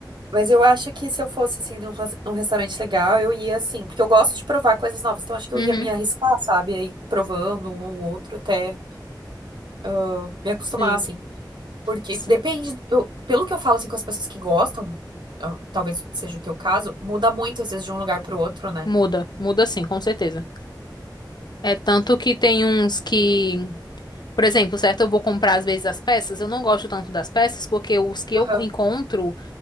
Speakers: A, on the right; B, on the left.
A: mas eu acho que se eu fosse, assim, num, ros- num restaurante legal, eu ia, assim, porque eu gosto de provar coisas novas, então acho que
B: Uhum.
A: eu ia me arriscar, sabe? Aí provando um ou outro até eu me acostumar,
B: Sim.
A: assim. Porque
B: S-
A: depende, eu, pelo que eu falo, assim, com as pessoas que gostam, ah, talvez seja o teu caso, muda muito, às vezes, de um lugar pro outro, né?
B: Muda, muda sim, com certeza. É tanto que tem uns que Por exemplo, certo? Eu vou comprar às vezes as peças. Eu não gosto tanto das peças porque os que
A: Aham.
B: eu co- encontro,